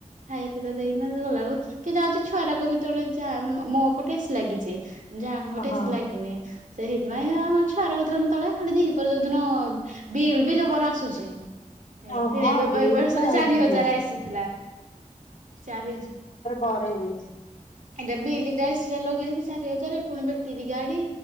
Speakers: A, on the right; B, on the left.
A: ଖାଇବା ପିଇବା ଦେଇକି ନାହିନ୍ତି ଗଲା ବେଳକୁ, କି ଯାଉଛି ଛୁଆ ରାକୁ ବି ତଳେ ଯା ମୋ ମୋ ପଟେସି ଲାଗିଚି, ଯା ଗୋଟେସ୍
B: ଓହୋ।
A: ଲାଗିନି ସେଇଥିପାଇଁ ଆମର ଛୁଆର କୁ ଧରୁ ତଳେ, ଖାଲି ବି ଏ ପର ଯୋଉଦିନ ବିଲ୍ ବି ଜବର ଆସୁଛି, ଏତେ
B: ଓ ହଁ
A: ଏବେ <unintelligible>
B: ବିଲ୍
A: ବର୍ଷରେ
B: ଟା
A: ଚାରି
B: ଠିକ
A: ହଜାର୍
B: ଅଛି
A: ଆସିଥିଲା ଚାରି ହଜାର୍,
B: କରେଇ ଦେଇଛି,
A: ଏଟା ବିଲଟା ଆସିଲା ଲଗାହେଇଛି ଚାରି ହଜାର୍ ପୁଣି ବେଟିରି ଗାଡି,